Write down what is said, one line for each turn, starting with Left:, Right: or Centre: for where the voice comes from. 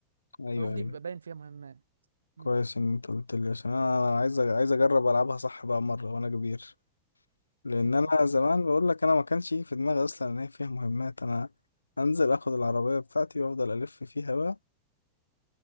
Left: ايوه
Right: الحروف دي
Left: ايوه
Right: بيبقى باين فيها مهمات مم.
Left: كويس ان انت قلت لي عشان انا عايز أ- عايز اجرب العبها صح بقى مرة وانا كبير لان
Right: مم.
Left: انا زمان بقول لك انا ما كانش يجي في دماغي اصلا ان هي فيها مهمات انا انزل اخد العربيه بتاعتي وافضل الف فيها بقى